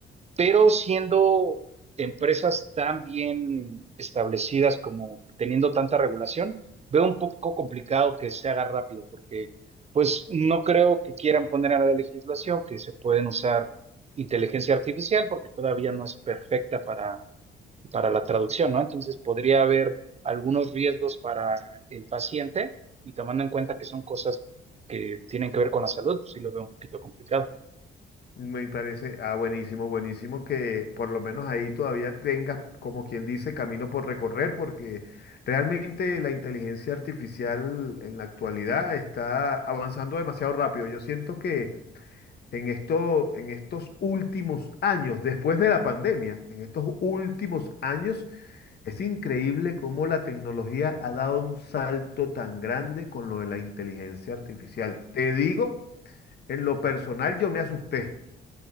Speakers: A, on the right; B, on the left.
A: pero siendo empresas tan bien establecidas como teniendo tanta regulación, veo un poco complicado que se haga rápido, porque pues no creo que quieran poner a la legislación que se pueden usar inteligencia artificial, porque todavía no es perfecta para, para la traducción, ¿no? Entonces podría haber algunos riesgos para el paciente y tomando en cuenta que son cosas que tienen que ver con la salud, pues, sí lo veo un poquito complicado.
B: Me parece, ah, buenísimo, buenísimo que por lo menos ahí todavía tengas, como quien dice, camino por recorrer, porque realmente la inteligencia artificial en la actualidad está avanzando demasiado rápido. Yo siento que En esto, en estos últimos años, después de la pandemia, en estos últimos años, es increíble cómo la tecnología ha dado un salto tan grande con lo de la inteligencia artificial. Te digo, en lo personal yo me asusté.